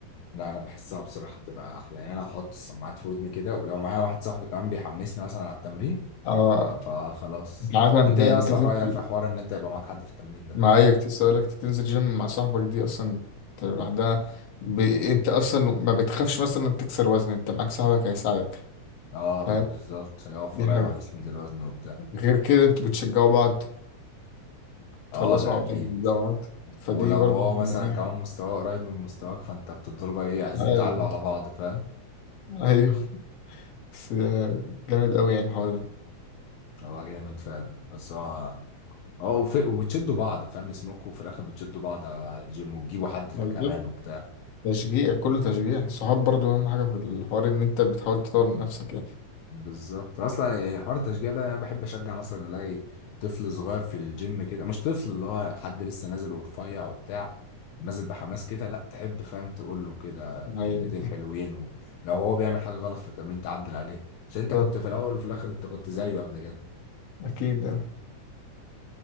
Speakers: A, on the left; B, on the left.
A: لا أنا بحسها بصراحة بتبقى أحلى يعني أنا أحط السماعات في ودني كده ولو معايا واحد صاحبي كمان بيحمسني مثلا على التمرين
B: اه
A: فخلاص
B: انت عارف ان
A: أنت إيه
B: انت
A: أصلا
B: تنزل
A: رأيك في حوار إن أنت يبقى معاك حد في التمرين ده؟
B: معايا كنت لسه اقول لك تنزل جيم مع صاحبك دي اصلا أنت لوحدها ب... انت اصلا ما بتخافش مثلا تكسر وزن انت معاك صاحبك هيساعدك
A: أه
B: فاهم
A: بالظبط هيقف
B: دي
A: ورايا
B: حاجه
A: وهيسند الوزن وبتاع
B: غير كده انتوا بتشجعوا بعض تخلصوا
A: أه ده
B: مع
A: أكيد
B: بعض تبدأوا مع بعض فدي
A: ولو
B: برضه
A: هو مثلا
B: ميزات.
A: كمان مستواه قريب من مستواك فأنت بتفضلوا بقى إيه عايزين
B: ايوه
A: تعلوا على بعض فاهم؟
B: أيوة. بس آه، جامد قوي يعني الحوار ده
A: هو جامد فعلا بس هو اه وف- وبتشدوا بعض فاهم اسمكوا في الاخر بتشدوا بعض على الجيم وتجيبوا حد كمان
B: ما بالظبط
A: وبتاع
B: تشجيع كله تشجيع صحاب برضو أهم حاجة في الحوار إن أنت بتحاول تطور من نفسك يعني
A: بالظبط اصلا يعني حوار التشجيع ده انا بحب اشجع مثلا الاقي طفل صغير في الجيم كده مش طفل اللي هو حد لسه نازل ورفيع وبتاع نازل بحماس كده لا تحب فاهم تقول له كده
B: أيوة
A: كلمتين حلوين ولو هو بيعمل حاجه غلط في التمرين تعدل عليه عشان انت
B: بالظبط
A: كنت في الاول وفي الاخر انت كنت زيه قبل كده
B: أكيد يعني.